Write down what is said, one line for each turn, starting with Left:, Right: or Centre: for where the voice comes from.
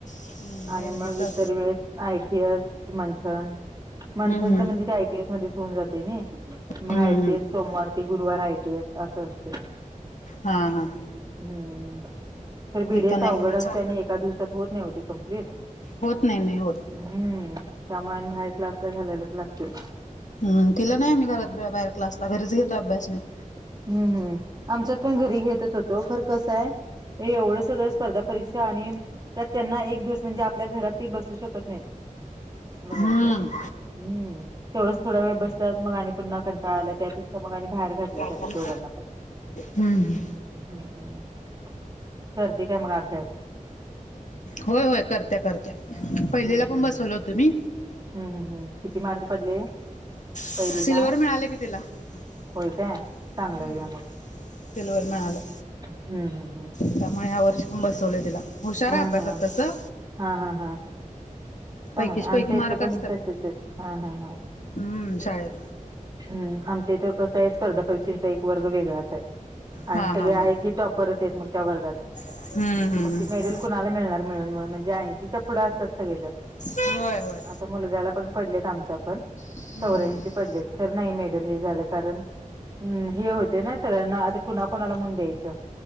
Left: हम्म
Right: आणि मग
Left: इथं
Right: इतर वेळेस आयटीएस मंथन मंथनच
Left: हम्म
Right: म्हणजे ते आयटीएस मध्येचं होऊन जातंय नै. मग
Left: हम्म
Right: आयटीएस
Left: हम्म हम्म
Right: सोमवार ते गुरुवार आयटीएस असं असतंय.
Left: हा, हा.
Right: हम्म! ते बीडीएस
Left: इथं नाही
Right: अवघड
Left: आमचं
Right: असतंय आणि एका दिवसात होत नाही ओ ते कंप्लीट.
Left: होत नाही नाही होत
Right: हम्म त्यामुळे आणि बाहेर क्लासला घालायलाच लागतंय‌.
Left: हम्म तिला नाही आम्ही घरात बाहेर क्लासला घरीच घेतोय अभ्यास मी.
Right: हम्म हम्म, आमच्यात पण घरी घेतच होतो खर कसं आहे. हे एवढं सगळं स्पर्धा परीक्षा आणि त्यात त्यांना एक दिवस म्हणजे आपल्या घरात ती बसू शकत नाहीत. बघायचं
Left: हम्म!
Right: हम्म तेवढंच थोडा वेळ बसतात मग आणि पुन्हा कंटाळा आलाय त्यापेक्षा मग आणि बाहेर घातलंय
Left: <unintelligible>
Right: त्यांना
Left: हम्म
Right: दोघांना पण.
Left: हम्म.
Right: <inaudible> करते काय मग अभ्यास?
Left: होय होय करत्या करत्या पहिलीला
Right: हम्म हम्म.
Left: पण बसवल होतं मी.
Right: हम्म हम्म किती मार्क पडले? पहिलीला?
Left: सिल्वर मिळालं कि तिला हम्म.
Right: होय काय चांगलं आहे घ्या मग.
Left: सिल्वर मिळालं.
Right: हम्म हम्म हम्म.
Left: त्यामुळे ह्या वर्ष पण बसवले तिला हुशार
Right: हा
Left: आहे अभ्यासात
Right: हा
Left: तसं.
Right: हा हा हा चांगलं
Left: पैकीच पैकी
Right: आमच्या इथं
Left: मार्क
Right: पण
Left: असतात.
Right: तसेच आहेत हा हा हा.
Left: हम्म शाळेत
Right: हम्म आमच्या इथं कसं आहे स्पर्धा परीक्षाचा वर्ग वेगळाच आहे
Left: हा
Right: आणि
Left: हा
Right: सगळे
Left: हा
Right: आहे ते टॉपरच आहेत मग त्या वर्गात
Left: हम्म हम्म
Right: मग ते मेडल कुणाला मिळणार मिळून मिळून म्हणजे ऐंशीच्या पुढं असतात सगळे जर.
Left: होय होय.
Right: आता मुलगाला पण पडलेत आमच्या पण
Left: हम्म
Right: चौऱ्यांशी
Left: हम्म
Right: पडलेत खरं नाही मेडल हे झालं कारण हम्म हे होते ना सगळ्यांना आता कुणाकुणाला म्हणून द्यायचं.